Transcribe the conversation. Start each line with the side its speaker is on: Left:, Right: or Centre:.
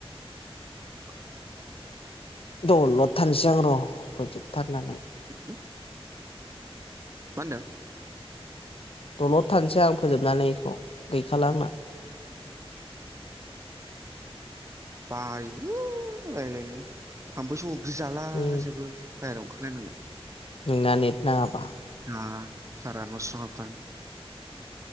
Right: <unintelligible>
Left: दलद। थाननोसै आं र फोजोब थारनानै
Right: मा होनदों
Left: दलद थानोसै आं फोजोबनानैखौ गैखाला आंना
Right: बायो रायजलायनो थाम्फैसो ब्रि जाला
Left: उम
Right: जोबो बाहेराव <inaudible>
Left: नोंना नेट नाङा बा
Right: बिराद सारा न सिङाउ हाबाय